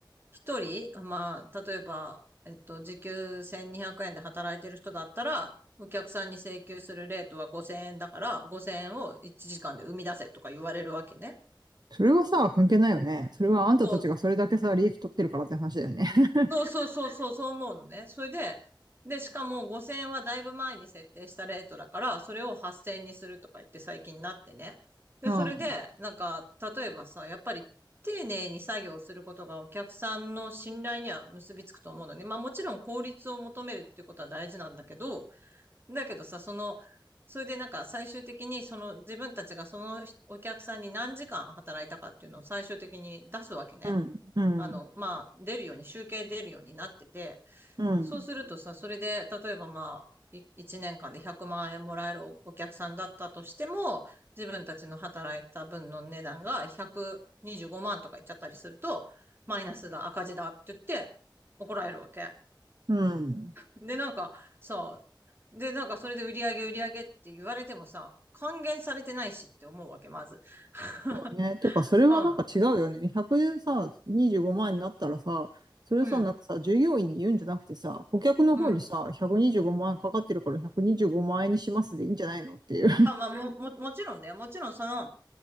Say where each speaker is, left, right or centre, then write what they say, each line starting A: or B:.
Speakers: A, on the right; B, on the right.
A: 一人、まあ、例えば、えっと、時給1200円で働いてる人だったら、お客さんに請求するレートは5000円だから、5000円を1時間で生み出せとか言われるわけね。
B: それはさ、関係ないよね。それはあんたたちがそれだけさ、
A: そう、
B: 利益取ってるからって話だよね。<laughs>
A: そうそうそうそう、そう思うのね。それで、で、しかも5000円はだいぶ前に設定したレートだから、それを8000円にするとか言って最近になってね。で、
B: うん、
A: それで、なんか、例えばさ、やっぱり丁寧に作業することがお客さんの信頼には結びつくと思うのね。まあもちろん効率を求めるっていうことは大事なんだけど、だけどさ、その、それでなんか最終的にその自分たちがそのお客さんに何時間働いたかっていうのを最終的に出すわけね。
B: うん、うん、
A: あの、まあ、出るように、集計出るようになってて、
B: うん、
A: そうするとさ、それで、例えばまあ、い1年間で100万円もらえるおお客さんだったとしても、自分たちの働いた分の値段が125万とかいっちゃったりすると、マイナスだ、赤字だって言って怒られるわけ。
B: うん。
A: で、なんかさ、で、なんかそれで売り上げ売り上げって言われてもさ、還元されてないしって思うわけ、まず。<laughs>
B: そうね。てか、それはなんか違うよね。
A: うん、
B: 100円さ、25万円になったらさ、それさ、
A: うん、
B: なんかさ、従業員に言うんじゃなくてさ、顧客の方にさ、
A: うん。
B: 125万円かかってるから125万円にしますでいいんじゃないのっていう。
A: あ、まあ、も、も、もちろんね、もちろんその、